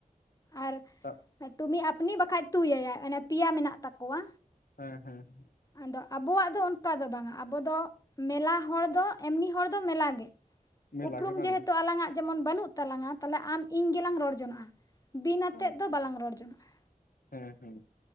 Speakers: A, on the left; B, on the left.
A: ᱟᱨ
B: ᱛᱟ
A: ᱛᱩᱢᱤ ᱟᱯᱱᱤ ᱵᱟᱠᱷᱟ ᱛᱩᱭ ᱟᱭᱟᱭ ᱚᱱᱮ ᱯᱮᱭᱟ ᱢᱮᱱᱟᱜ ᱛᱟᱠᱚᱣᱟ᱾
B: ᱦᱮᱸ, ᱦᱮᱸ,
A: ᱟᱫᱚ ᱟᱵᱚᱣᱟᱜ ᱫᱚ ᱚᱱᱠᱟ ᱫᱚ ᱵᱟᱝᱟ᱾ ᱟᱵᱚ ᱫᱚ ᱢᱮᱞᱟ ᱦᱚᱲ ᱫᱚ, ᱮᱢᱱᱤ ᱦᱚᱲ ᱫᱚ, ᱢᱮᱞᱟ ᱜᱮ,
B: ᱢᱮᱞᱟ
A: ᱩᱯᱨᱩᱢ
B: ᱜᱮ ᱵᱟᱝᱟ
A: ᱡᱮᱦᱮᱛᱩ ᱟᱞᱟᱝ-ᱟᱜ ᱡᱮᱢᱚᱱ ᱵᱟᱱᱩᱜ ᱛᱟᱞᱟᱝᱟ, ᱛᱟᱦᱞᱮ ᱟᱢ ᱤᱧ ᱜᱮᱞᱟᱝ ᱨᱚᱲ ᱡᱚᱱᱚᱜᱼᱟ᱾ ᱵᱤᱱ ᱟᱛᱮᱜ
B: ᱟᱪᱪᱷᱟ
A: ᱫᱚ ᱵᱟᱞᱟᱝ ᱨᱚᱲ ᱡᱚᱝᱚᱜᱼᱟ,
B: ᱦᱮᱸ ᱦᱮᱸ